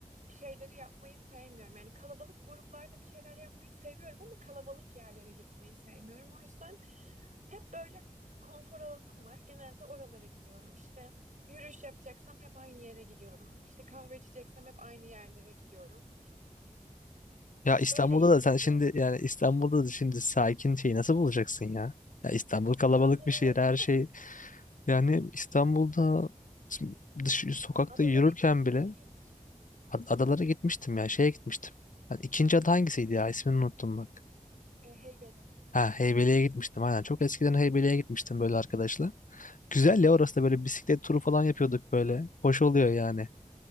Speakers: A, on the right; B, on the left.
A: şeyleri yapmayı sevmiyorum. Yani kalabalık gruplarla bir şeyler yapmayı seviyorum ama kalabalık yerlere gitmeyi sevmiyorum. O yüzden hep böyle konfor alanım var. Genelde oralara gidiyorum. İşte yürüyüş yapacaksam hep aynı yere gidiyorum. İşte kahve içeceksem hep aynı yerlere gidiyorum.
B: Ya
A: Böyle
B: İstanbul'da
A: iyi hissediyorum.
B: da sen şimdi yani İstanbul'da da şimdi sakin şeyi nasıl bulacaksın ya? Ya İstanbul kalabalık
A: Ben buluyorum.
B: bir şehir her şey. Yani İstanbul'da dış
A: <laughs>
B: sokakta
A: Adalara
B: yürürken
A: gittin
B: bile
A: mi hiç?
B: ad- adalara gitmiştim ya şeye gitmiştim. Hani ikinci ada hangisiydi ya ismini unuttum bak.
A: E, Heybeli.
B: Ha Heybeli'ye gitmiştim aynen çok eskiden Heybeli'ye gitmiştim böyle arkadaşla. Güzel ya orası da böyle bisiklet turu falan yapıyorduk böyle. Hoş oluyor yani